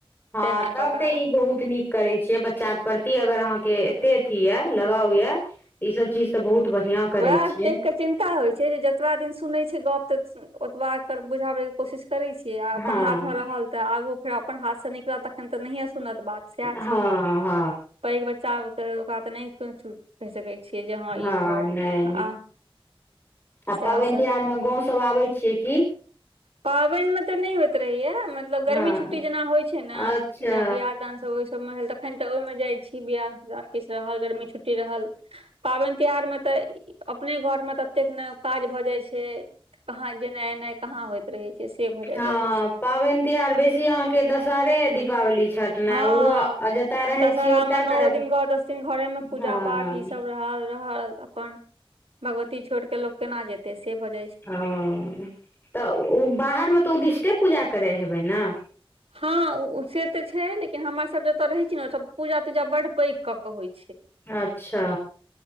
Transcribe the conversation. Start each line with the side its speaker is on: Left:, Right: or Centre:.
Left: हँ
Right: तेना
Left: तब
Right: कऽ कऽ
Left: तऽ ई बहुत नीक करै छियै बच्चा के प्रति अगर अहाँ के एतेक अथी यए लगाव यए ई सभ चीज तऽ बहुत बढ़िआँ करै
Right: वएह
Left: छियै
Right: देख कऽ चिन्ता होइ छै छै जे जतबा दिन सुनै छै गप तऽ ओतबार बुझाबै कोशिश करै छियै आ अपन
Left: हँ
Right: हाथमे रहल तऽ आगू फेर अपन हाथसँ निकलत तखन तऽ नहियए सुनत बात सएह
Left: हँ
Right: छै
Left: हँ
Right: पैघ बच्चा के ओकरा तऽ नहि को कहि सकैत छियै जे ह
Left: हँ
Right: ई खाउ
Left: नहि
Right: आ
Left: आ
Right: सएह
Left: पाबनि
Right: सब
Left: तिहारमे गाव सभ आबै छियै कि
Right: पाबनि मे तऽ नहि होइत रहैया मतलब गर्मी
Left: हँ
Right: छुट्टी जेना होई छै ने
Left: अच्छा
Right: या बियाह दान सभ भेल तखन तऽ ओहिमे जाइ छी बियाह जान किछु रहल गर्मी छुट्टी रहल पाबनि तिहार मे तऽ अपने घरमे तऽ ततेक ने काज भऽ जाइत छै कहाँ जेनाई एनाई कहाँ होइत रहै छै से भऽ जाइत
Left: हँ
Right: रहै छै
Left: पाबनि तिहार बेसी अहाँके दशहरे दीपावली छठ ने
Right: हँ
Left: ओहो जतय रहै
Right: दशहरा
Left: छियै ओतय
Right: मे नओ
Left: करब
Right: दिन दस दिन घरमे पूजा
Left: हँ
Right: पाठ ई सभ रहल रहल अपन भगवती छोड़ के लोग केना जेते से भज
Left: ओ तऽ ओ बाहर मे तऽ उदिष्टे पूजा करै हेबे ने
Right: हँ से तऽ छै लेकिन हमर सभ जतय रहै छी ने ओ पूजा तूजा बड पैक कऽ के होई छै
Left: अच्छा।